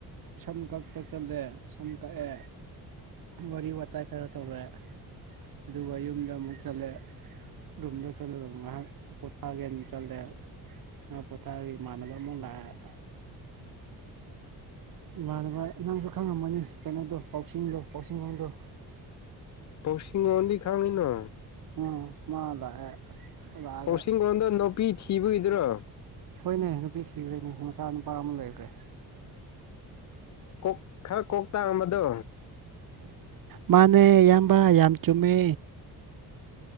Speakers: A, on the right; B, on the left.
A: ꯁꯝ ꯀꯄ ꯆꯟꯗꯦ ꯁꯝ ꯀꯛꯦ ꯋꯥꯔꯤ ꯋꯥꯇꯥꯏ ꯈꯔ ꯇꯧꯔꯦ ꯑꯗꯨꯒ ꯌꯨꯝꯗ ꯑꯃꯨꯛ ꯆꯠꯂꯦ ꯨꯝꯗ ꯆꯂꯗ ꯉꯥꯏꯍꯥꯛ ꯄꯣꯊꯥꯎꯒ ꯆꯠꯗꯦ ꯉ ꯄ ꯇꯥꯔ ꯏꯃꯥꯟꯅꯕ ꯑꯃꯨꯛ ꯂꯥꯛꯑꯦ ꯏꯃꯥꯟꯅꯕ ꯅꯪꯁꯨ ꯈꯪꯉꯝꯃꯅꯤ ꯀꯩꯅꯣꯗꯣ ꯄꯥꯎꯁꯤꯡꯗꯣ ꯄꯥꯎꯁꯤꯡꯒꯣꯗꯣ
B: ꯄꯁꯤꯡꯟꯗꯤ ꯈꯃꯤꯏꯅ
A: ꯎꯝ ꯃꯥꯗꯑꯥꯛꯑꯒ
B: ꯄꯥꯎꯁꯤꯡꯒꯣꯟꯗꯣ ꯅꯨꯄꯤ ꯊꯤꯕꯒꯤꯗꯨꯔꯣ
A: ꯍꯣꯏꯅꯦ ꯅꯨꯄꯤ ꯊꯤꯈ꯭ꯔꯦꯅꯦ ꯃꯆꯥ ꯅꯨꯄꯥ ꯑꯃ ꯂꯩꯈ꯭ꯔꯦ
B: ꯀꯣꯛ ꯈꯔ ꯀꯣꯛ ꯇꯥꯡꯝꯕꯗꯣ
A: ꯃꯥꯅꯦ ꯏꯌꯥꯝꯕ ꯌꯥꯝ ꯆꯨꯝꯃꯦ